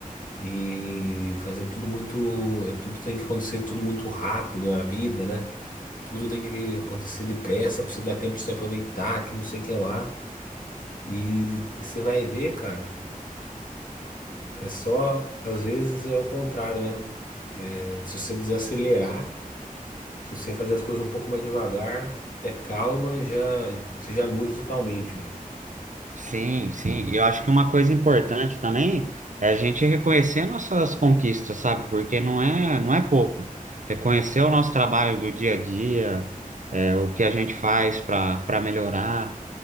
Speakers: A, on the left; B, on the right.
A: e fazer tudo muito, é, tudo tem que acontecer tudo muito rápido na vida, né? Tudo tem que acontecer depressa para você dar tempo de se aproveitar, que não sei o que lá. E você vai ver, cara, é só, às vezes é o contrário, né? É, se você desacelerar, se você fazer as coisas um pouco mais devagar, ter calma, já, você já muda totalmente, velho.
B: Sim, sim. E eu acho que uma coisa importante também é a gente reconhecer nossas conquistas, sabe? Porque não é, não é pouco. Reconhecer o nosso trabalho do dia a dia, é, o que a gente faz para para melhorar,